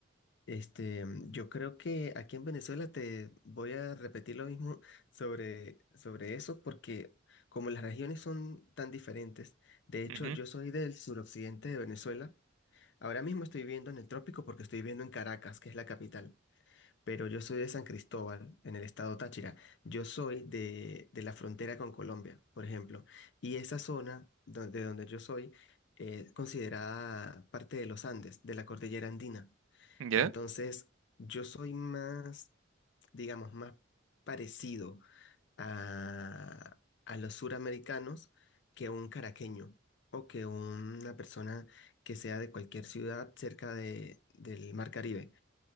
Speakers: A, on the left (about 60°); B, on the right (about 85°).
A: Este, yo creo que aquí en Venezuela te voy a repetir lo mismo sobre, sobre eso, porque como las regiones son tan diferentes, de hecho
B: <laughs> Ujú,
A: yo soy del suroccidente de Venezuela, ahora mismo estoy viviendo en el trópico porque estoy viviendo en Caracas, que es la capital, pero yo soy de San Cristóbal, en el estado Táchira, yo soy de, de la frontera con Colombia, por ejemplo, y esa zona do- de donde yo soy es considerada parte de los Andes, de la cordillera andina.
B: ¿Ya?
A: Entonces, yo soy más, digamos, más parecido a, a los suramericanos que un caraqueño o que una persona que sea de cualquier ciudad cerca de, del Mar Caribe.